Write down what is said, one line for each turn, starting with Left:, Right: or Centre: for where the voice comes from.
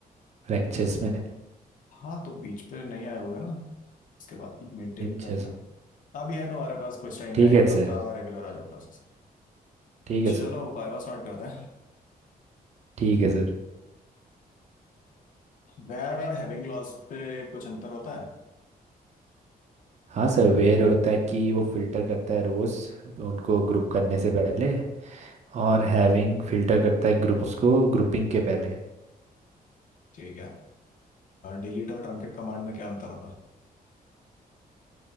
Right: लेक्चर्स में
Left: हाँ तो बीच पे नहीं आया होगा ना उसके बाद मेंटेन
Right: अच्छा
Left: कर लो
Right: सर
Left: अभी है तुम्हारे पास कुछ टाइम
Right: ठीक
Left: है
Right: है
Left: एक हफ्ता
Right: सर
Left: रेगुलर आ जाओ क्लासेस
Right: ठीक है
Left: चलो
Right: सर
Left: वाइवा स्टार्ट करते हैं
Right: ठीक है सर
Left: वेयर और हैविंग क्लॉज पे कुछ अंतर होता है
Right: हाँ सर वेयर होता है कि वो फिल्टर करता है रोज़ उनको ग्रुप करने से पहले और हैविंग फिल्टर करता है ग्रुप्स को ग्रुपिंग के पहले
Left: ठीक है डिलीट और ट्रंकेट कमांड में क्या अंतर होता है